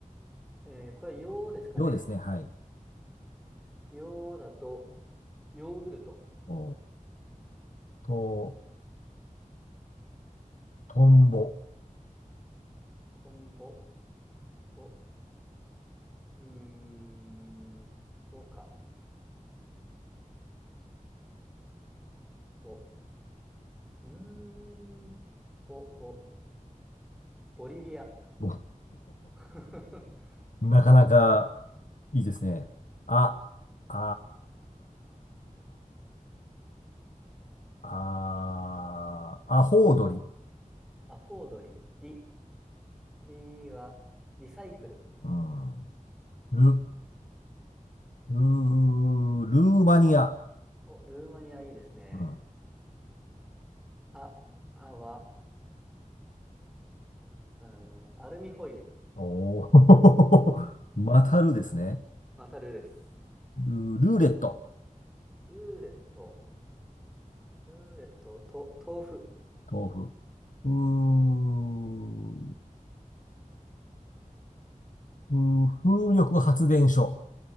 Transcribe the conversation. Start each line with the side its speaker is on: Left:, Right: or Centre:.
Centre: えーこれは、ようですかね。
Left: よですね。はい。
Centre: ようだと、ヨーグルト。
Left: おと、トンボ。
Centre: トンボ、ボ、うーん、ボか、ボ、うーん、ボ、ボ、ボリビア。
Left: お
Centre: <laughs>
Left: <laughs> なかなかいいですね。あ、あー、あー、アホウドリ。
Centre: アフォードリ、リ、リは、リサイクル。
Left: うん。ル、ルー、ルーマニア。
Centre: お、ルーマニアいいですね。
Left: うん。
Centre: あ、あは、うーん、アルミホイル。
Left: おお <laughs> またるですね。
Centre: またルーです。
Left: ル、ルーレット。
Centre: ルーレット、ルーレット、と、豆腐。
Left: 豆腐。うーん、うー風力発電所。